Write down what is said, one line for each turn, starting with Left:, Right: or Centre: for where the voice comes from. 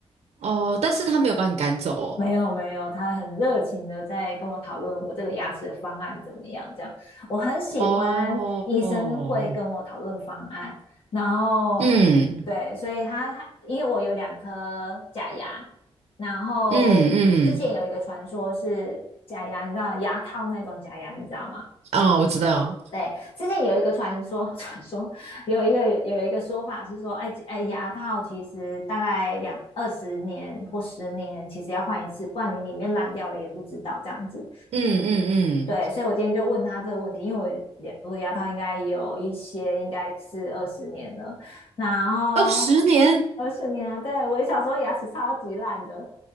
Right: 哦，但是他没有把你赶走哦。
Left: 没有没有，他很热情的在跟我讨论我这个牙齿的方案怎么样，这样我很喜欢医生会跟我讨论方案，
Right: 哦哦，
Left: 然后对，
Right: 嗯
Left: 所以他他因为我有两颗假牙，然后之前有一个传说是假牙，
Right: 嗯嗯，
Left: 你知道牙套那种假牙，你知道吗？
Right: 哦，我知道。
Left: 对，之前有一个传说，<laughs> 传说有一个有一个说法是说，哎哎，牙套其实大概两二十年或十年，其实要换一次，不然你里面烂掉了也不知道这样子。
Right: 嗯嗯嗯，
Left: 对，所以我今天就问他这个问题，因为我牙我的牙套应该有一些应该是二十年了，然后
Right: 哦，十年，
Left: 二十年啊，对，我小时候牙齿超级烂的，